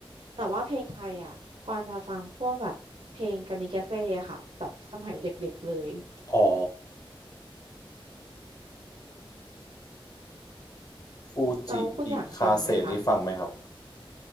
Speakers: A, on the right (about 80°); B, on the left (about 45°).
A: แต่ว่าเพลงไทยอะกวางจะฟังพวกแบบเพลงกามิกาเซ่อะค่ะแบบสมัยเด็กๆเลย
B: อ๋อฟูจิอิคาเซนี่ฟังไหมครับ
A: แล้วคุณอย่างฟังไหมคะ